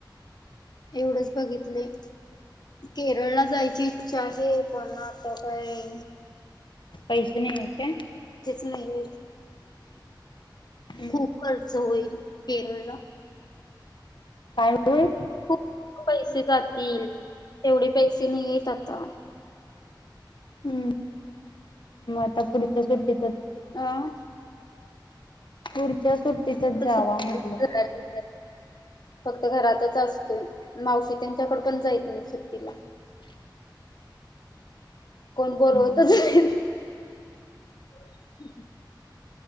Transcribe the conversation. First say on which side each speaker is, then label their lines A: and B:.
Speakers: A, on the left (about 55°); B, on the left (about 75°).
A: एवढचं बघितंलय केरळला जायची इच्छा आहे पण आता काय?
B: पैसे नाहीएत काय?
A: नाहीत.
B: हम्म
A: खूप खर्च होईल केरळला.
B: काय <unintelligible>
A: खूप पैसे जातील तेवढे पैसे नही येत आता.
B: हूं! म आता पुढच्या सुट तीत
A: अं!
B: पुढच्या सुट्टीतच जावा
A: सुट्टीला
B: म्हटलं.
A: जायला मिळालं फक्त घरातच असतोय, मावशी त्यांच्यांकड पण जाईत नाही सुट्टीला.
B: <inaudible>
A: कोण बोलवत.
B: हम्म.
A: <inaudible>